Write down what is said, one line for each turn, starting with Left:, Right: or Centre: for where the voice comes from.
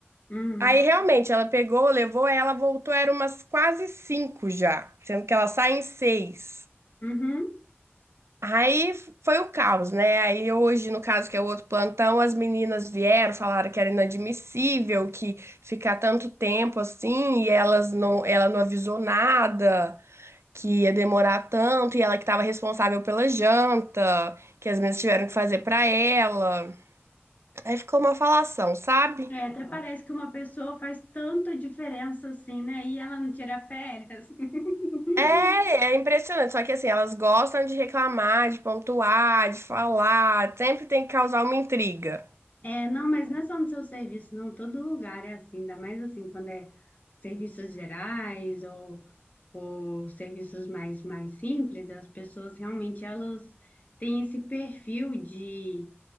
Left: Hum,
Right: Aí realmente ela pegou, levou, ela voltou, era umas quase cinco já, sendo que ela sai em seis.
Left: uhum.
Right: Aí f- foi o caos, né? Aí hoje, no caso, que é o outro plantão, as meninas vieram, falaram que era inadmissível que ficar tanto tempo assim, e elas não, ela não avisou nada, que ia demorar tanto, e ela que estava responsável pela janta, que as meninas tiveram que fazer para ela. Aí ficou uma falação, sabe?
Left: É, até parece que uma pessoa faz tanta diferença assim, né? E ela não tira férias. <laughs>
Right: É, é impressionante. Só que assim, elas gostam de reclamar, de pontuar, de falar. Sempre tem que causar uma intriga.
Left: É, não, mas não é só no seu serviço, não. Todo lugar é assim, ainda mais assim, quando é serviços gerais ou, ou serviços mais, mais simples, as pessoas realmente elas têm esse perfil de,